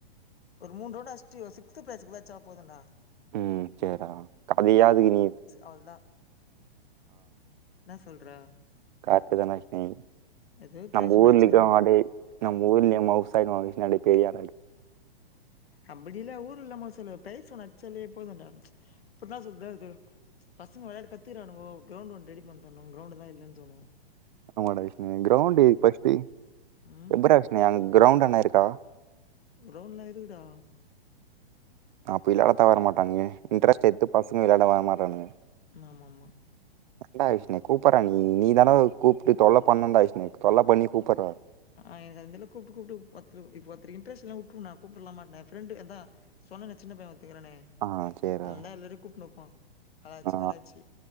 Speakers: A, on the left (about 80°); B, on the right (about 50°).
A: ஒரு மூண் ரௌன்ட் அச்ட்டு சிக்ஸ்த் பேஸ்க்கு வச்சா போதுன்னா
B: உம் சேர்ரா கதையாதுக்கு நீர்
A: அவ்ள்தா ன்னா சொல்ற
B: காத்துக நஷ்மி
A: ஏதோ ப்ரைஸ்
B: நம்ப
A: ஒன்று
B: ஊர்
A: அடிச்சுன்னு
B: இன்னிக்கு
A: வந்துடணும்
B: ஆடே நம் ஊர்லே மவுசா <unintelligible> பெரிய <unintelligible>
A: அம்படில ஊர் இல்லாமோ சொல்லு ப்ரைஸ் ஒன்னு அச்சாலே போதுண்டாம் இப்டிதா சொல் க து பசங்க விளையாட்டு கத்துக்கிறானுவோ கவுண்ட் ஒன் ரெடி பண்ணி தர்ணு க்ரவுண்ட் தா இல்லன் தோணு
B: ஆமாடா விஷ்ணு க்ரவுண்ட் ஏ பஷ்ட்டே
A: ம்.
B: எப்பறா அஷ்னியாவு க்ரவுண்ட் அன்ன இருக்கா
A: க்ரவுண்லா இருக்குடா
B: அப்பில்லா தவற மாட்டாங்குய இன்டரெஸ்ட் எத்து பசங்க விளையாடவா மாட்டானுங்க
A: மாமாமா
B: ண்டா விஷ்ணே கூப்பறா நீ நீ தானவ் கூப்ட்டு தொல்ல பண்ணுன்டா விஷ்ணே கொல்ல பண்ணி கூப்புற
A: ஆ எனக் அதுமேல கூப்ட்டு கூப்ட்டுவ் பத்து இப்ப த்ரி இன்ட்ரெஸ் இல்லா உப்பு நா கூப்புலாமா நே ஃப்ரெண்டு அதா சொன்னன சின்ன வத்துகுறானே
B: ஆ சேர்றா.
A: அவன்தா எல்லாரையு கூப்ட்னு வப்பா ஹளாச்சி
B: ஆ
A: வளாச்சி